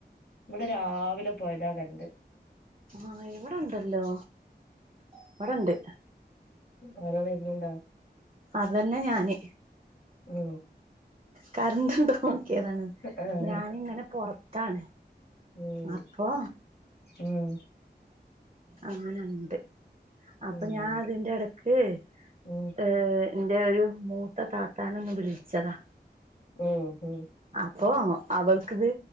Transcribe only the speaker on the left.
ഇവിടെ രാവിലെ പോയതാ കരുന്ത്.
മയ വരുന്നുണ്ടാ.
ഉം
ആഹ്
ഉം
ഉം.
ഉം
ഉം
മ്മ്. മ്മ്.